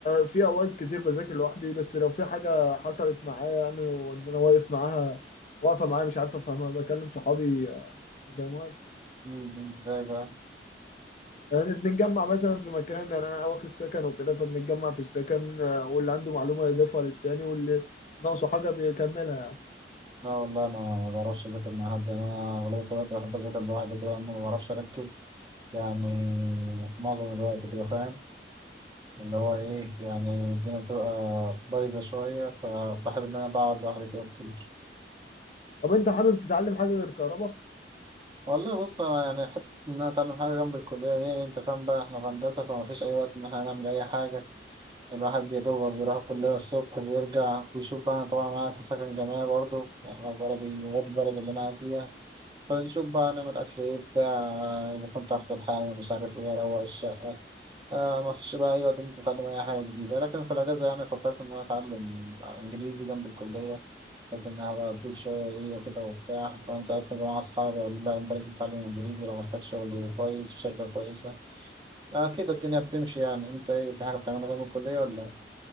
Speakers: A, on the left; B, on the right.
A: في اوقات كتير بذاكر لوحدي بس لو في حاجه حصلت معايا يعني وان انا واقف معاها واقفه معايا مش عارف افهمها بكلم صحابي آه، يفهموها لي
B: مم. إزاي بقى؟
A: يعني بنتجمع مثلا في مكان يعني انا واخد سكن وكده فبنتجمع في السكن آه، واللي عنده معلومه يضيفها للتاني واللي ناقصه حاجه بيكملها يعني
B: لا والله انا ما بعرفش اذاكر مع حد يعني انا اغلبيه الوقت بحب اذاكر لوحدي كده لان ما بعرفش اركز يعني معظم الوقت كده فاهم اللي هو ايه يعني الدنيا بتبقى بايظه شويه فبحب ان انا بقعد لوحدي كده كتير
A: طب انت حابب تتعلم حاجه غير كهرباء
B: والله بص انا يعني حته ان انا اتعلم حاجه جنب الكليه دي انت فاهم بقى احنا في هندسه فما فيش اي وقت ان احنا نعمل اي حاجه الواحد يا دوبك بيروح الكليه الصبح بيرجع ويشوف بقى انا طبعا انا قاعد في سكن جامعي برضه يعني أنا بلدي غير البلد اللي انا قاعد فيها فنشوف بقى نعمل أكل إيه بتاع إذا كنت أغسل حاجة مش عارف إيه أروق الشقة آه ما فيش بقى أي وقت إنت تتعلم أي حاجة جديدة لكن في الأجازة يعني فكرت إن أنا أتعلم إنجليزي جنب الكلية بحيث إنها بقى تضيف شوية ليا وكده وبتاع وأنا ساعات مع أصحابي أقول لا أنت لازم تتعلم إنجليزي لو محتاج شغل كويس في شركة كويسة آه كده الدنيا بتمشي يعني إنت إيه في حاجة بتعملها جنب الكلية ولا إيه؟